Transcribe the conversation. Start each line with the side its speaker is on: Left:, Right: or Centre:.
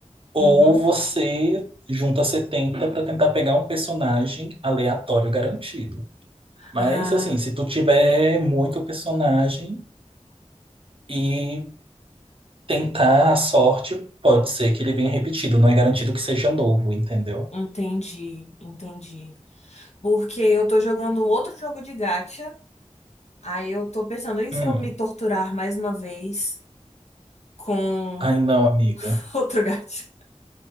Right: ou
Left: Uhum.
Right: você junta 70 para tentar pegar um personagem aleatório garantido. Mas
Left: Ah,
Right: assim, se tu tiver muito personagem e tentar a sorte, pode ser que ele venha repetido, não é garantido que seja novo, entendeu?
Left: entendi, entendi. Porque eu tô jogando um outro jogo de gacha, aí eu tô pensando, e
Right: Hum.
Left: se eu me torturar mais uma vez com
Right: Ai, não,
Left: <laughs>
Right: amiga.
Left: outro gacha?